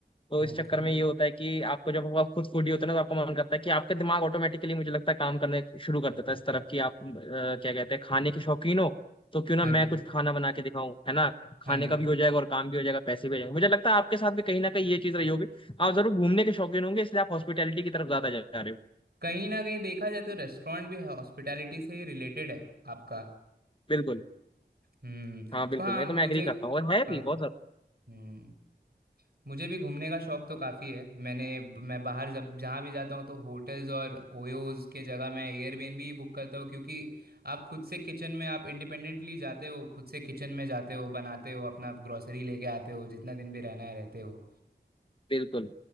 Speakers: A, on the left; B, on the right.
A: तो
B: ओके
A: इस चक्कर में ये होता है कि आपको जब आप खुद फूडी होते हैं ना तो आपका मन करता है कि आपका दिमाग ऑटोमेटिकली मुझे लगता है काम करने शुरू कर देता है इस तरफ कि आप अ, क्या कहते हैं खाने के शौकीन हो तो क्यों ना
B: हाँ
A: मैं
B: जी
A: कुछ खाना बना के दिखाऊं है ना खाने
B: हाँ जी
A: का
B: हाँ
A: भी
B: जी
A: हो जाएगा और काम भी हो जाएगा पैसे भी हो जाएंगे मुझे लगता है आपके साथ भी कहीं ना कहीं ये चीज रही होगी आप जरूर घूमने के शौकीन होंगे इसलिए आप हॉस्पिटैलिटी की तरफ ज्यादा जा रहे हो
B: कहीं ना कहीं देखा जाए तो रेस्टोरेंट भी है हॉस्पिटैलिटी से ही रिलेटेड है आपका
A: बिल्कुल
B: हम्म
A: हाँ बिल्कुल
B: तो हाँ
A: मैं
B: मुझे
A: तो मैं एग्री करता हूँ और है
B: हाँ
A: भी बहुत ज्यादा
B: हम्म मुझे भी घूमने का शौक तो काफ़ी है मैंने मैं बाहर जब जहाँ भी जाता हूँ तो होटल्स और ओयोज के जगह मैं एयरबीएनबी ही बुक करता हूँ क्योंकि आप खुद से किचन में आप इंडिपेंडेंटली जाते हो खुद से किचन में जाते हो बनाते हो अपना ग्रोसरी लेके आते हो जितना दिन भी रहना है रहते हो
A: बिल्कुल